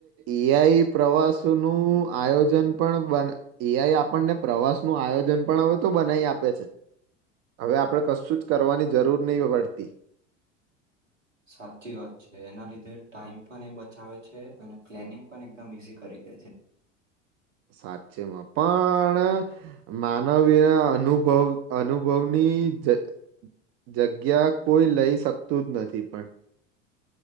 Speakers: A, on the right; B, on the right.
A: એ આઈ પ્રવાસ નું આયોજન પણ પણ બના એઆઈ આપણને પ્રવાસ નું આયોજન પણ હવે તો બનાઈ આપે છે. હવે આપણે કશું જ કરવાની જરૂર નહીં પડતી.
B: સાચી વાત છે એના લીધે ટાઈમ પણ એ બચાવે છે અને પ્લેનિંગ પણ એકદમ ઈઝી કરી. દેય છે.
A: સાચેમાં પણ માનવી અનુભવ અનુભવની ની જગ જગ્યા કોઈ લઈ શકતું જ નથી પણ